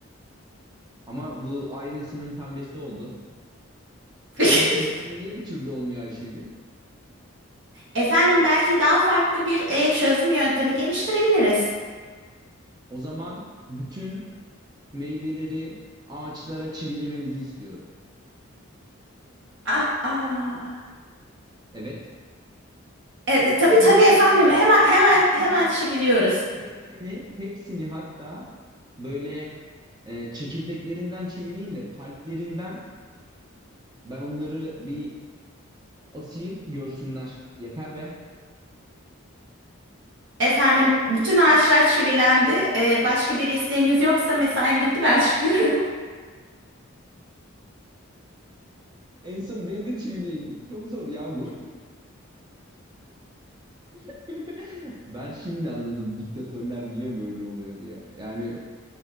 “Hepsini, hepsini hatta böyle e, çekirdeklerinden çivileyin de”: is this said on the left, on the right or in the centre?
Right